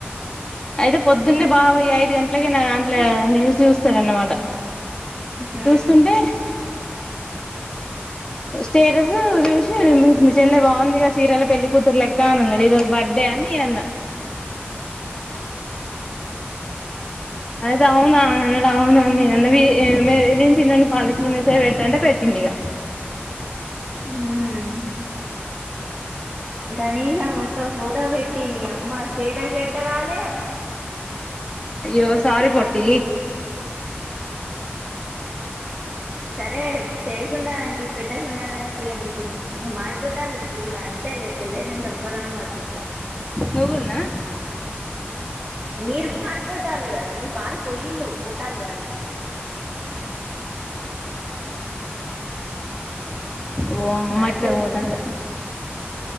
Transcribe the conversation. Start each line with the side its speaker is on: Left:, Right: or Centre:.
Left: అయితే పొద్దున్నే బాబాయ్ ఐదు గంటలకి నా దాంట్లో న్యూస్ చూస్తాడు అన్నమాట
Centre: ఉమ్
Left: చూస్తుంటే స్టేటస్ చూసి చెల్లే బాగుందిగా చీరలో పెళ్లి కూతురు లెక్క అని అన్నది ఈ రోజు బర్త్డే అని నేను అన్నా అదే అవునా అన్నాడు అవునా అని నేన్నే చిన్నోనికి పాలిస్తున్న మీసేజు పెట్టంటే పెట్టింది ఇక
Centre: అ కనీసం ఒక్క పోటో పెట్టి ఈ అమ్మ స్టేటస్ పెట్టరాలే
Left: అయ్యో
Centre: మళ్ళ
Left: సారి
Centre: విష్ చేయలే
Left: పోట్టి
Centre: సరే చేయకుండామాయే పెట్టకుండా మయేతి అది అనుకున్నా ఇంక మారిపోతాల్లు మీరు కూడా అంతేలే పెళ్ళయినంక ఎవ్వలన్న మారిపోతారు
Left: నువ్వుకూడాన్నా
Centre: మీరు మారిపోతాళ్ళు కదా మీరు మారిపోయిల్ళు పోతాల్లు కాదు
Left: ఓ అమ్మ
Centre: మారిపోయారు
Left: మట్లాపోదన్న
Centre: మొత్తం